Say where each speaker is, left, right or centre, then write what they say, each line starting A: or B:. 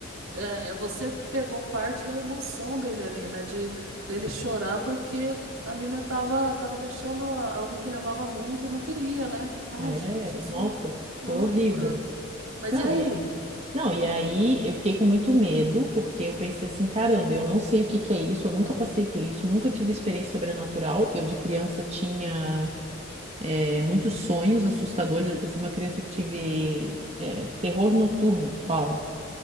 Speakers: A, on the right (about 85°); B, on the right (about 30°).
A: é, você pegou parte da emoção dele ali, né, de dele chorar porque ali, né, tava, tava deixando a- alguém que ele amava muito e não queria, né? Ai,
B: é,
A: gente, isso
B: nossa,
A: é
B: foi
A: uma loucura.
B: horrível.
A: Mas
B: Não,
A: e aí?
B: e é Não, e aí eu fiquei com muito medo, porque eu pensei assim, caramba, eu não sei o que que é isso, eu nunca passei por isso, nunca tive experiência sobrenatural. Eu de criança tinha eh, muitos sonhos assustadores. Eu fui uma criança que tive eh, terror noturno, que fala.